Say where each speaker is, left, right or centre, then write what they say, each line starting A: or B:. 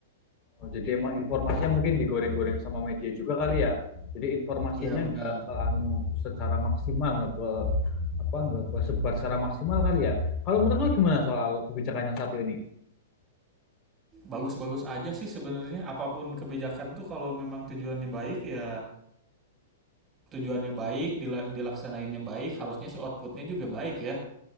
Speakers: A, on the left (about 35°); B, on the right (about 25°).
A: Oh, jadi emang informasinya mungkin digoreng-goreng sama media juga kali ya. Jadi informasinya
B: ya benar
A: nggak ke anu secara maksimal, nggak ke apa, nggak ke sebar secara maksimal kali ya. Kalau menurut lu gimana soal kebijakan yang satu ini?
B: bagus-bagus aja sih sebenarnya apapun kebijakan tuh kalau memang tujuannya baik ya tujuannya baik dila- dilaksanainnya baik harusnya sih outputnya juga baik ya